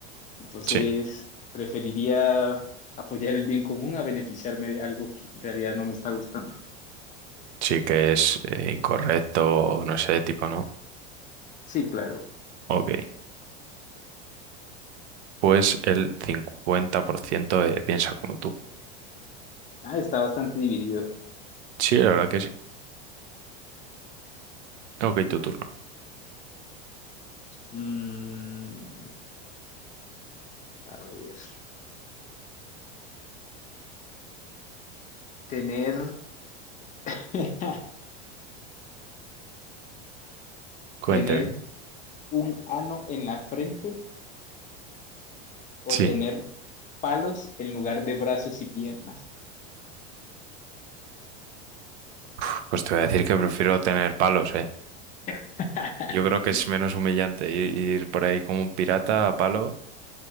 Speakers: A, on the left (about 25°); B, on the right (about 80°).
A: Entonces,
B: Sí,
A: preferiría apoyar el bien común a beneficiarme de algo que en realidad no me está gustando.
B: sí que es eh, incorrecto, no es ético, ¿no?
A: Sí, claro.
B: Ok, pues el 50% eh, piensa como tú.
A: Ah, está bastante dividido.
B: Sí, la verdad que sí. Ok, tu turno.
A: Mm, a ver, tener, <laughs>
B: Cuénteme.
A: tener un ano en la frente o
B: Sí,
A: tener palos en lugar de brazos y piernas.
B: Uf, pues te voy a decir que prefiero tener palos, ¿eh?
A: <laughs>
B: Yo creo que es menos humillante ir, ir por ahí como un pirata a palo